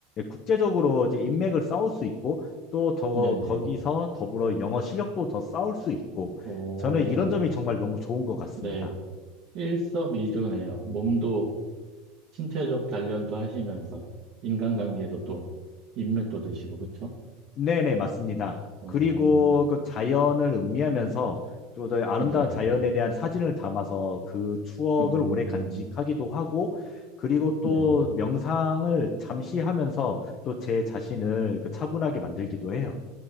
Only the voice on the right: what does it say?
네네.
오,
네. 일석이조네요. 몸도 신체적 단련도 하시면서 인간관계도 또 인맥도 드시고 그쵸?
어,
네,
음,
네네,